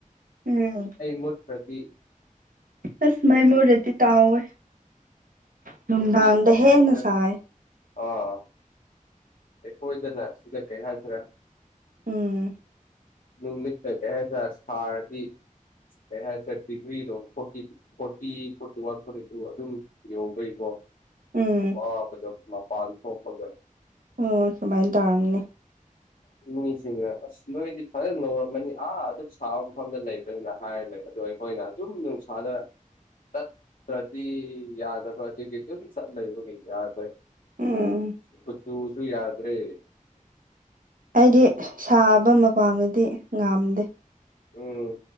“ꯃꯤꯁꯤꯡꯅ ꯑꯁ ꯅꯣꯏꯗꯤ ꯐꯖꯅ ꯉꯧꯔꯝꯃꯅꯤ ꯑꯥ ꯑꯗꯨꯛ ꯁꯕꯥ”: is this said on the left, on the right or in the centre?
Left